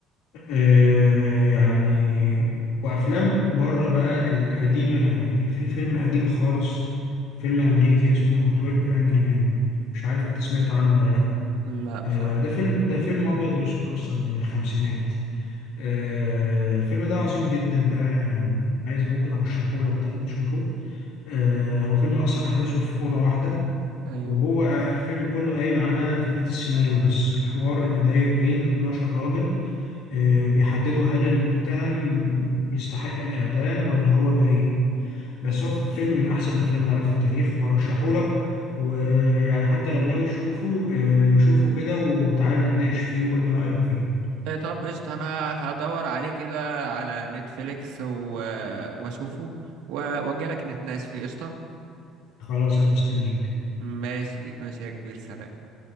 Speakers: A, on the left (about 80°); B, on the right (about 85°).
A: آه يعني وافلام بره بقى القديمه يعني في في فيلم قديم خالص فيلم امريكي اسمه 12 انجري مان مش عارف انت سمعت عنه ولا لا
B: لا بصراحة
A: آه ده فيلم ده فيلم ابيض واسود اصلا من الخمسينات آه، الفيلم ده عظيم جدا بقى يعني عايز ممكن ارشحه لك ده تشوفه آه، هو فيلم اصلا احداثه في اوضه واحده
B: أيوه
A: وهو آه، الفيلم كله قايم على فكرة السيناريو بس الحوار اللي داير بين 12 راجل آه، بيحددوا هل المتهم يستحق الإعدام ولا هو بريء بس هو فيلم من أحسن الأفلام اللي اتعملت في التاريخ وأرشحه لك ويعني حتى لو ناوي تشوفه آه، شوفه كده وتعالى نتناقش فيه وقول لي رأيك فيه
B: إيه طب قشطة أنا هدور عليه كده على نتفليكس و... وأشوفه و- وأجيلك نتناقش فيه قشطة
A: خلاص أنا مستنيك
B: ماشي ماشي يا كبير سلام